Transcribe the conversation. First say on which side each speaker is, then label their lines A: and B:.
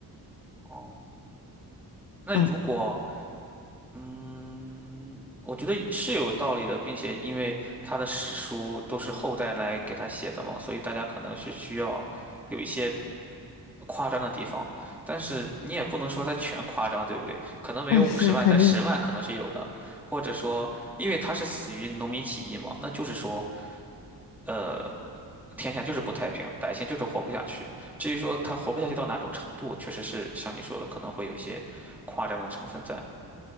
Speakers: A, in the centre; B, on the left.
A: 哦，那如果
B: 嗯
A: 嗯，我觉得是有道理的，并且因为他的史书都是后代来给他写的嘛，所以大家可能是需要有一些。夸张的地方，但是你也不能说它全夸张，对不对？可能没有五十万，
B: 嗯，是肯定。
A: 但十万可能是有的。或者说，因为他是死于农民起义嘛，那就是说，呃，天下就是不太平，百姓就是活不下去。至于说他活不下去到哪种程度，确实是像你说的，可能会有一些夸张的成分在。